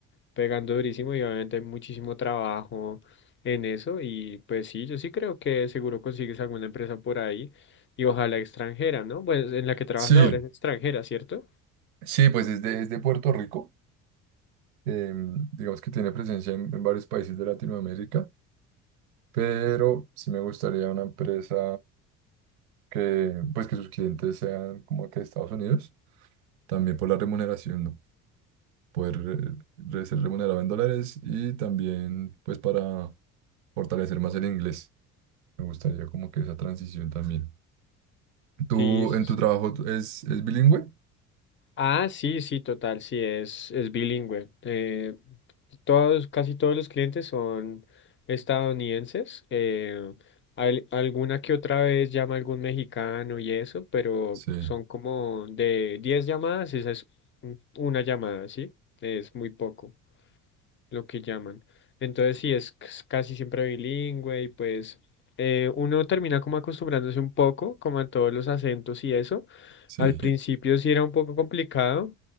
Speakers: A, on the left; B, on the right.
A: pegando durísimo y obviamente hay muchísimo trabajo en eso. Y pues sí, yo sí creo que seguro consigues alguna empresa por ahí y ojalá extranjera, ¿no? Pues en la que trabajas
B: sí,
A: ahora es extranjera, ¿cierto?
B: sí, pues es de, es de Puerto Rico, em, digamos que tiene presencia en, en varios países de Latinoamérica, pero sí me gustaría una empresa que, pues que sus clientes sean como que de Estados Unidos, también por la remuneración, ¿no? poder re- re- ser remunerado en dólares y también pues para fortalecer más el inglés. Me gustaría como que esa transición también. ¿Tú
A: Sí, sí,
B: en
A: sí.
B: tu trabajo tú- es, es bilingüe?
A: Ah, sí, sí, total, sí, es, es bilingüe. Eh, todos, casi todos los clientes son estadounidenses. eh, al- alguna que otra vez llama algún mexicano y eso, pero
B: Sí,
A: son como de 10 llamadas, esa es un- una llamada, ¿sí? Es muy poco lo que llaman. Entonces sí, es c- casi siempre bilingüe y pues eh, uno termina como acostumbrándose un poco, como a todos los acentos y eso.
B: sí,
A: Al principio
B: <laughs>
A: sí era un poco complicado